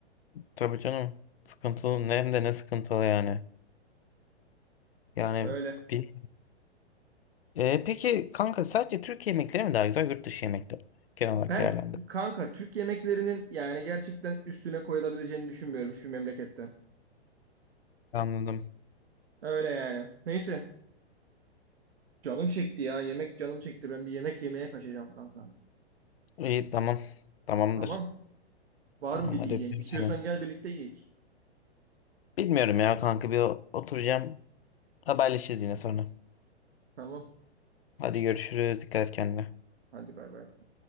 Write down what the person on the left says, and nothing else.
Tabii canım. Sıkıntılı. Ne hem de ne sıkıntılı yani. Yani
bil. Ee, peki kanka sadece Türkiye yemekleri mi daha güzel yurt dışı yemekleri? mi? Genel
olarak değerlendir.
Anladım.
İyi tamam. Tamamdır.
Tamam
hadi
öpüyorum
seni.
Bilmiyorum ya kanka bir o- oturacağım. Haberleşiriz yine sonra.
Hadi görüşürüz. Dikkat et kendine.